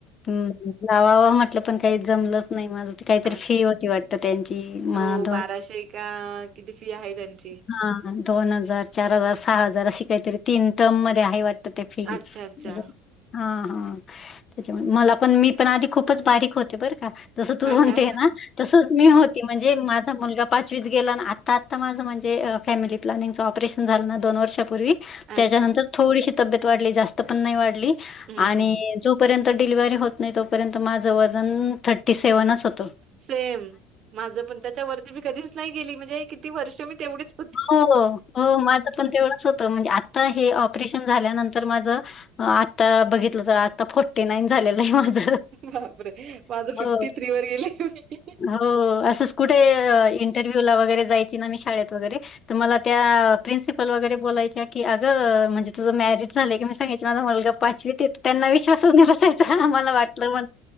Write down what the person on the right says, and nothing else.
अच्छा.
हो
का किती फी आहे त्यांची.
अच्छा, अच्छा.
हां
का?
अच्छा.
हं,
हं.
सेम, माझं पण त्याच्यावरती मी कधीच नाही गेली. म्हणजे किती वर्ष मी तेवढीच. होती.
बापरे! माझं
वर गेले मी.